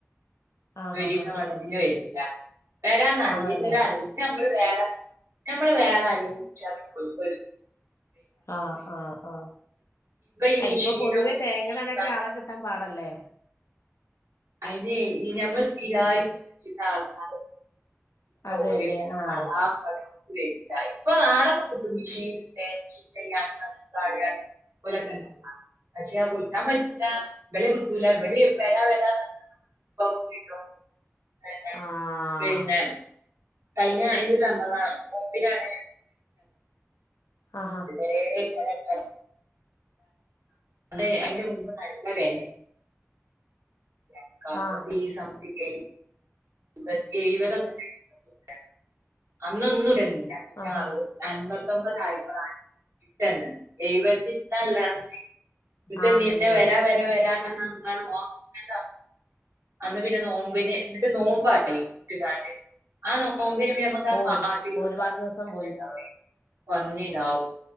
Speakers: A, on the left; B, on the right.
A: ആഹാഹാ
B: ഒരീവസം വന്നാ പിന്നെ വരൂല്ല വരാന്ന് അറിഞ്ഞിക്കൂല്ല
A: ആണല്ലേ
B: അറിഞ്ഞ് ക്ക് നമ്മള് വേറെ ഞമ്മള് വേറെ ആരേങ്കി വിളിച്ചാ പിന്നെ ഓർക്കൊരു
A: ആഹ് ആഹ് ആഹ്
B: ഈ
A: അ
B: മിഷീനും
A: ഇപ്പൊ പൊതുവേ തേങ്ങ ഇടാനൊക്കെ ആള കിട്ടാൻ പാടല്ലേ
B: അയിനെ ഇനി നമ്മൾ സ്ഥിരായിറ്റ് <unintelligible> തോൽ
A: അതെല്ലേ
B: <unintelligible>
A: ആഹ്
B: ഇപ്പൊ <unintelligible> ഓലൊക്കെ <unintelligible> പക്ഷെ കുഴിച്ചാൻ പറ്റൂല ഇവലെ വീടൂല ഇബല് വരാം വരാന്ന് <unintelligible>
A: ആഹ്
B: പിന്നെ കഴിഞ ഈ റമദാൻ നോമ്പിനാണ്
A: ആഹാ
B: വളരേ കറക്റ്റാണ് അതേ അയിൻ്റെ മുമ്പ് നല്ല <unintelligible> ഈ അക്കൗണ്ട്
A: ആഹ്
B: മതി സംതിങ്ങേ പത്തി എഴ്പതൊക്ക <unintelligible> അന്നൊന്നും ഇടണ്ട പിന്ന
A: ആഹാ
B: അറുപത് അൻപത്തൊമ്പതായപ്പോഴാണ് കിട്ടെന്നെ എഴുവത്തിചില്ലനള്ളത് ഇട്ട്
A: ആണല്ലേ
B: <unintelligible> വരാ വരാ വരാ <unintelligible> അന്ന് പിന്നെ നോമ്പിന് ന്നിട്ട് നോമ് <unintelligible> ആ നോമ്പിന് പിന്നെ മ്മ
A: ഓ
B: <unintelligible>
A: ഒരുപാട് ദിവസം പോയി
B: പന്നിണ്ടാവോ